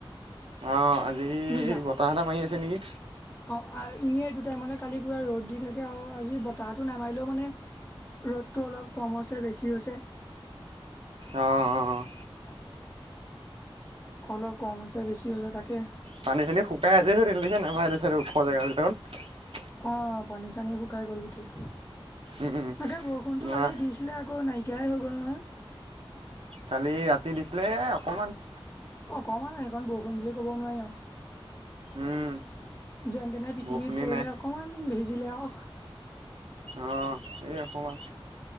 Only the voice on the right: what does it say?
অ আজি
বতাহ এটা মাৰি আছে নেকি।
অ' অ'
পানী চানী শুকাই আছে সুৰিছে ন আমাৰ ওখোৱা জেগা ভিতৰত।
উম উম
তোমাৰ
কালি ৰাতি দিছিলে অকমান।
উম
বৰষুণেই
নাই
অ এই অকণমান